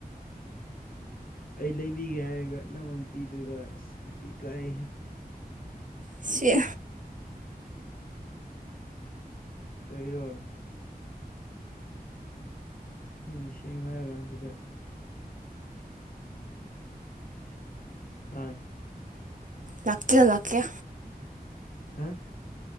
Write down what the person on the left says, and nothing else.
ꯑꯩ ꯂꯩꯕꯤꯒꯦ ꯍꯥꯏꯔꯒ ꯅꯪ ꯑꯣꯏꯅ ꯄꯤꯗꯣꯏꯕ ꯑꯁ ꯏꯗꯤ ꯏꯀꯥꯏꯍꯦ
ꯀꯩꯔꯣ ꯃꯤꯁꯦꯡꯅꯔ ꯀꯥꯟꯖꯤꯗ ꯑꯥ
ꯎꯃ